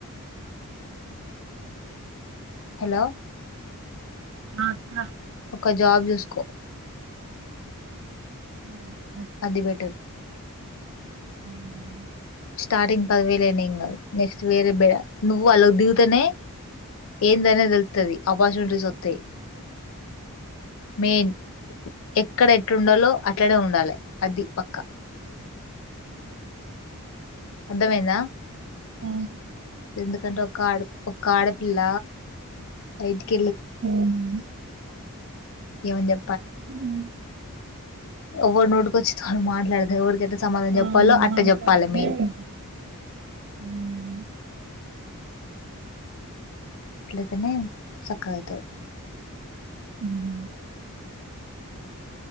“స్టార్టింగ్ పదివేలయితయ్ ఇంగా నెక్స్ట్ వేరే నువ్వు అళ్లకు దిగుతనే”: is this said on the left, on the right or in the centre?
Left